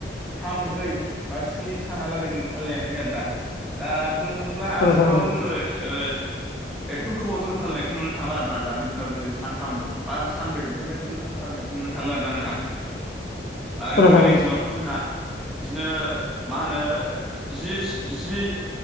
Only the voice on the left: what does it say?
औ
नोंथां औ
औ नोंथां
औ